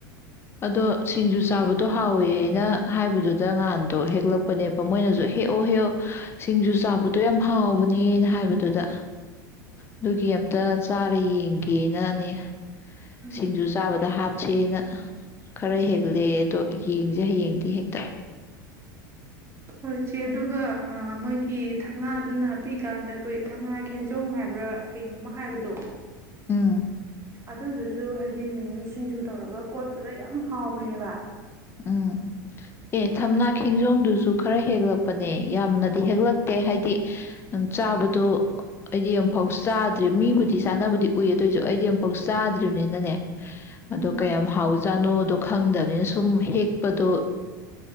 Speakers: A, on the left; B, on the right.
A: ꯑꯗꯣ ꯁꯤꯡꯖꯨ ꯆꯥꯕꯗꯣ ꯍꯥꯎꯋꯦꯅ ꯍꯥꯏꯕꯗꯨꯗ ꯉꯍꯥꯟꯗꯣ ꯍꯦꯛꯂꯛꯄꯅꯦꯕ ꯃꯣꯏꯅꯁꯨ ꯍꯦꯛꯑꯣ ꯍꯦꯛꯑꯣ ꯁꯤꯡꯖꯨ
B: ꯎꯝ
A: ꯆꯥꯕꯗꯣ ꯌꯥꯝ ꯍꯥꯎꯕꯅꯦꯅ ꯍꯥꯏꯕꯗꯨꯗ ꯑꯗꯨꯒꯤ ꯑꯃꯝꯇ ꯆꯥꯔ ꯌꯦꯡꯒꯦꯅꯅꯦ
B: ꯎꯝ
A: ꯁꯤꯡꯖꯨ ꯆꯥꯕꯗ ꯍꯥꯞ ꯁꯦꯅ ꯈꯔ ꯍꯦꯛꯂꯦ ꯑꯗꯣ ꯌꯦꯡꯁꯦ ꯍꯌꯦꯡꯗꯤ ꯍꯦꯛꯇ
B: ꯍꯣꯏ ꯏꯆꯦ ꯑꯗꯨꯒ ꯃꯣꯏꯒꯤ ꯊꯝꯅꯥꯗꯨꯅ ꯄꯤꯛꯏꯀꯥꯟꯗ ꯑꯩꯈꯣꯏ ꯊꯝꯅꯥ ꯈꯦꯟꯖꯣꯡ ꯍꯥꯏꯕ꯭ꯔꯥ ꯀꯩꯅꯣꯝꯃ ꯍꯥꯏꯕꯗꯣ
A: ꯎꯝ
B: ꯑꯗꯨꯗꯨꯁꯨ ꯍꯥꯏꯗꯤ ꯃꯤꯃꯤꯁꯤꯡꯁꯨ ꯇꯧꯔꯒ ꯀꯣꯠꯄꯗ ꯌꯥꯝ ꯍꯥꯎꯕꯅꯦꯕ
A: ꯎꯝ ꯑꯦ ꯊꯝꯅꯥ
B: ꯑꯗꯨ
A: ꯈꯤꯡꯖꯣꯗꯨꯁꯨ ꯈꯔ ꯍꯦꯛꯂꯛꯄꯅꯦ ꯌꯥꯝꯅꯗꯤ ꯍꯦꯛꯂꯛꯇꯦ ꯍꯥꯏꯗꯤ ꯆꯥꯕꯗꯣ ꯑꯩꯗꯤ ꯌꯥꯝ ꯑꯃꯨꯛꯐꯥꯎ ꯆꯥꯗ꯭ꯔꯦ ꯃꯤꯕꯨꯗꯤ ꯆꯥꯅꯕꯗꯤ ꯎꯏ ꯑꯗꯨꯣꯏꯁꯨ ꯑꯩꯗꯤ ꯑꯃꯨꯛꯐꯥꯎ ꯆꯥꯗ꯭ꯔꯤꯕꯅꯤꯅꯅꯦ ꯑꯗꯣ
B: ꯎꯝ
A: ꯀꯌꯥꯝ ꯍꯥꯎ ꯆꯥꯅꯣꯗꯣ ꯈꯪꯗꯕꯅꯤꯅ ꯁꯨꯝ ꯁꯨꯝ ꯍꯦꯛꯄꯗꯣ